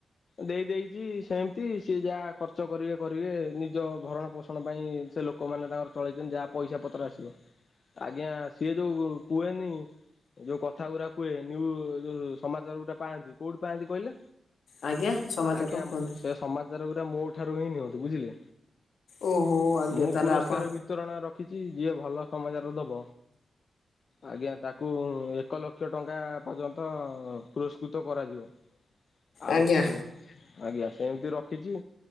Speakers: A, on the left (about 50°); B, on the left (about 75°).
A: ଦେଇ ଦେଇଚି ସେମିତି ସିଏ ଯାହା ଖର୍ଚ୍ଚ କରିବେ କରିବେ ନିଜ ଭରଣ ପୋଷଣ ପାଇଁ, ସେ ଲୋ କମାନେ ତାଙ୍କର ଚଳେଇଚନ୍ତି ଯାହା ପଇସା ପତ୍ର ଆସିବ, ଆଜ୍ଞା ସିଏ ଯୋଉ କୁଏନି ଏ ଯୋଉ କଥା ଗୁରା କୁହେ ନିଉ ଯୋଉ ସମାଚାର ଗୁଟା ପାଆନ୍ତି। କୋଉଠୁ ପାଆନ୍ତି କଇଲେ?
B: ଆଜ୍ଞା ସମାଚାର
A: ଆଜ୍ଞା
B: କୁହନ୍ତୁ
A: ସେ ସମାଚାର ଗୁରା ମୋ ଠାରୁ ହିଁ ନିଅନ୍ତି ବୁଝିଲେ।
B: ଓହୋ ଆଜ୍ଞା
A: ମୁଁ
B: ତାହେଲେ
A: ପୁରସ୍କାର
B: ଆପଣ
A: ବିତରଣ ର ଖିଛି ଯିଏ ଭଲ ସମାଚାର ଦବ, ଆଜ୍ଞା ତାକ କୁ ଏକ ଲକ୍ଷ ଟଙ୍କା ପର୍ଯ୍ୟନ୍ତ ପୁରସ୍କୃତ କରାଯିବ। ଆଉ
B: ଆଜ୍ଞା
A: ଆଜ୍ଞା ସେମିତି ରଖିଛି।